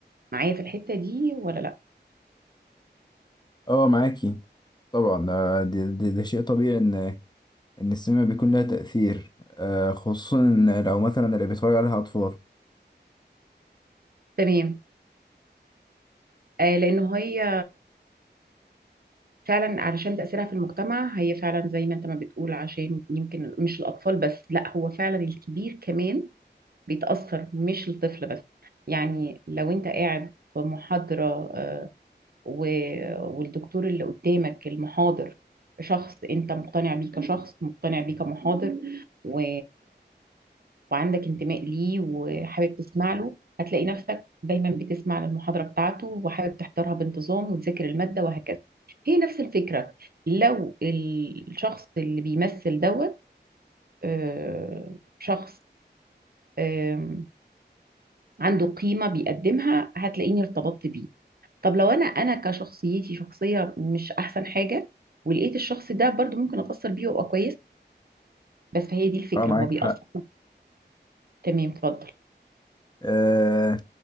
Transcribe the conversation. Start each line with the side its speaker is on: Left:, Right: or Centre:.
Right: معايا في الحتة دي ولا لا
Left: اه معاكي طبعا ده ده, ده, ده شيء طبيعي ان ان السينما بيكون لها تأثير آه خصوصا إن لو مثلا اللي بيتفرج عليها اطفال
Right: تمام آه لأنه هي فعلا علشان تأثيرها في المجتمع هي فعلا زي ما انت ما بتقول عشان يمكن مش الأطفال بس لا هو فعلا الكبير كمان بيتأثر مش الطفل بس يعني لو انت قاعد في محاضرة و- والدكتور اللي قدامك المحاضر شخص انت مقتنع بيه كشخص مقتنع بيه كمحاضر و... وعندك انتماء ليه وحابب تسمع له هتلاقي نفسك دايما بتسمع للمحاضرة بتاعته وحابب تحضرها بانتظام وتذاكر المادة وهكذا هي نفس الفكرة لو الشخص اللي بيمثل دوت آه، شخص آم، عنده قيمة بيقدمها هتلاقيني ارتبطت بيه طب لو انا انا كشخصيتي شخصيه مش احسن حاجه ولقيت الشخص ده برضو ممكن اتاثر بيه وابقى كويس بس فهي دي الفكره
Left: اه معاك
Right: هو بيأثر
Left: حق
Right: تمام اتفضل
Left: آه